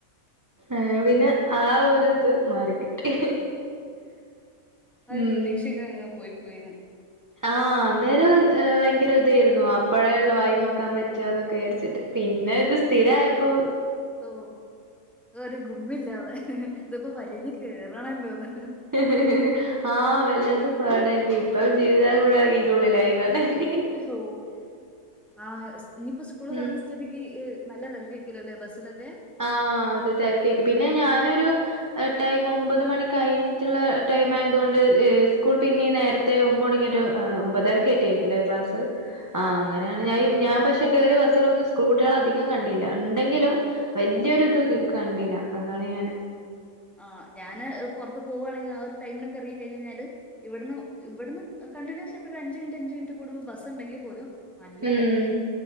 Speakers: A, on the right; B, in the centre.
A: ഏഹ് പിന്നെ ആ ഒരു ഇത് മാറിക്കിട്ടി
B: ആഹ് ഒരു
A: ഉം
B: പ്രതീക്ഷയിലാ അങ്ങ് പോയി പോയിന്ന്
A: ആഹ് അന്നേരം ഭയങ്കര ഇതായിരുന്നു അപ്പഴേ ഉള്ള വായി നോക്കാൻ പറ്റ പറ്റെന്നൊക്കെ വിചാരിച്ചിട്ട് പിന്നെ ഇത് സ്ഥിരയപ്പോ
B: ഓ ഒരു ഗുമ്മില്ലാതെ ഇതിപ്പോ വലിഞ്ഞ് കേറണല്ലോന്ന്
A: ഹ് ഹ് ആഹ് വല്ലാത്ത പാടായിപ്പ ഇപ്പ ജീവിതകാലം മുഴുവൻ ഇതിൻ്റെ ഉള്ളിലായിന്ന് പറഞ്ഞു
B: ഓഹ് ആഹ് ഇനിയിപ്പോ സ്കൂള് തുറന്ന
A: ഉം
B: സ്ഥിതിക്ക് നല്ല തെരക്ക് ആയിരിക്കുല്ലേ ബസ്സിലൊക്കെ
A: ആഹ് അത് തെരക്കായിരിക്കും പിന്നെ ഞാനൊരു ടൈം ഒമ്പത് മണി കഴിഞ്ഞ് ട്ട്ള്ള ടൈം ആയതുകൊണ്ട് സ്കൂൾ പിന്നീ നേരത്തെ ഒമ്പത് മണിക്കറ്റെ ആയിട്ട് ഒമ്പതരക്ക് ആറ്റ ആയിരിക്കുംല്ലേ ക്ലാസ്സ്
B: ഉം
A: ആഹ് അങ്ങനെയാണ് ഞ ഞാൻ പക്ഷെ കയറിയ ബസ്സിൽ ഒന്നും സ്കൂൾ കുട്ടികൾ അധികം കണ്ടില്ല ഉണ്ടെങ്കിലും വലിയൊരിത് കണ്ടില്ല അതാണ് ഞാന്
B: അഹ് ആഹ് ഞാന് പൊറത്ത് പോവുകവാണെങ്കിൽ ആ ഒരു ടൈമിനൊക്കെ ഇറങ്ങി കഴിഞ് കഴഞ്ഞാല് ഇവിടുന്ന് ഇവിടുന്ന് കണ്ടിന്യൂസ് ആഹ് അഞ്ച് മിനിറ്റ് അഞ്ച് മിനിറ്റ് കൂടുമ്പോ ബസ് ഉണ്ടെങ്കിൽ പോലും നല്ല
A: ഉം
B: തെരക്ക